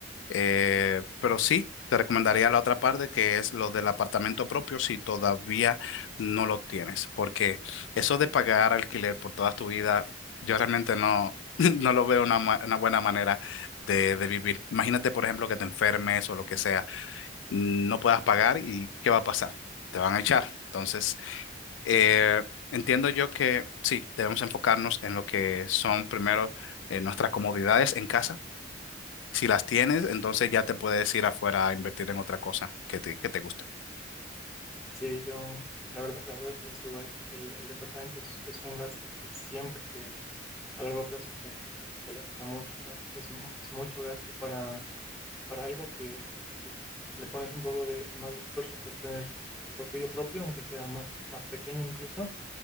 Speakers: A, on the left; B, in the centre.
A: Eh, pero sí, te recomendaría la otra parte que es lo del apartamento propio si todavía no lo tienes, porque eso de pagar alquiler por toda tu vida, yo realmente no, <laughs> no lo veo una, ma- una buena manera de, de vivir. Imagínate, por ejemplo, que te enfermes o lo que sea, no puedas pagar y ¿qué va a pasar? Te van a echar. Entonces, eh, entiendo yo que sí, debemos enfocarnos en lo que son primero eh, nuestras comodidades en casa si las tienes, entonces ya te puedes ir afuera a invertir en otra cosa que te, que te guste.
B: Sí, yo la verdad, la verdad pienso igual. El, el departamento es, es un gasto que siempre te, a largo plazo te, te lastra mucho, ¿no? Es, mu- es mucho gasto para, para algo que si le pones un poco de más de esfuerzo, puedes tener lo tuyo propio, aunque sea más, más pequeño incluso,